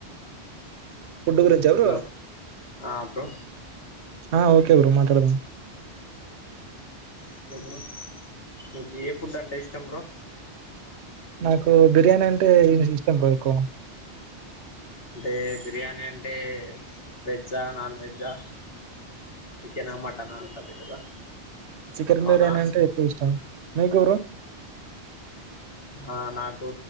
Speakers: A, on the right; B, on the left.
A: ఫుడ్ గురించి ఆ బ్రో
B: హలో ఆ బ్రో
A: ఆ ఓకే బ్రో మాట్లాడదాం
B: ఓకే బ్రో మీకు ఏ ఫుడ్ అంటే ఇష్టం బ్రో
A: నాకు బిర్యానీ అంటే ఇష్టం బ్రో ఎక్కువ
B: అంటే బిర్యానీ అంటే వెజ్ ఆ నాన్ వెజ్ ఆ చికెన్ ఆ మటన్ ఆ అంతది కాదా
A: చికెన్
B: అవునా
A: బిర్యానీ అంటే ఎక్కువ ఇష్టం మీకు బ్రో
B: ఆ నా పు